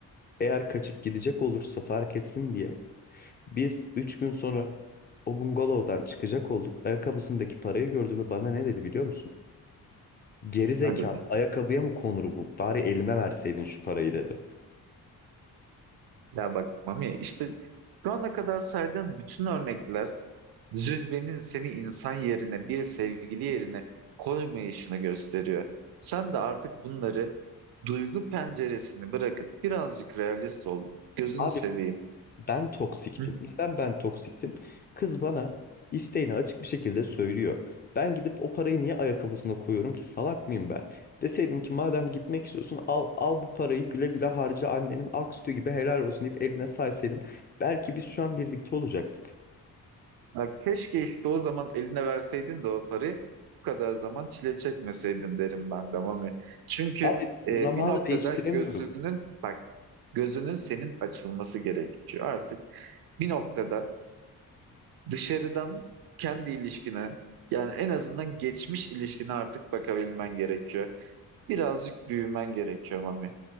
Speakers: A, on the left (about 25°); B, on the right (about 70°).
A: Eğer kaçıp gidecek olursa fark etsin diye biz 3 gün sonra o bungalovdan çıkacak olduk. Ayakkabısındaki parayı gördü ve bana ne dedi biliyor musun? Geri zekalı
B: Ne dedi?
A: ayakkabıya mı konur bu? Bari elime verseydin şu parayı dedi.
B: Ya bak Mami, işte şu ana kadar saydığın bütün örnekler Zühre'nin seni insan yerine, bir sevgili yerine koymayışını gösteriyor. Sen de artık bunları duygu penceresini bırakıp birazcık realist ol. Gözünü
A: Abi
B: seveyim.
A: Ben toksiktim.
B: Hı.
A: Neden ben toksiktim? Kız bana isteğini açık bir şekilde söylüyor. Ben gidip o parayı niye ayakkabısına koyuyorum ki salak mıyım ben? Deseydim ki madem gitmek istiyorsun al al bu parayı güle güle harca annenin ak sütü gibi helal olsun deyip eline saysaydım belki biz şu an birlikte olacaktık.
B: Ya keşke işte o zaman eline verseydin de o parayı bu kadar zaman çile çekmeseydin derim ben de Mami. Çünkü
A: Abi zamanı
B: e, bir noktada
A: değiştiremiyorum.
B: gözünün bak gözünün senin açılması gerekiyor. Artık bir noktada dışarıdan kendi ilişkine yani en azından geçmiş ilişkine artık bakabilmen gerekiyor. Birazcık büyümen gerekiyor Mami.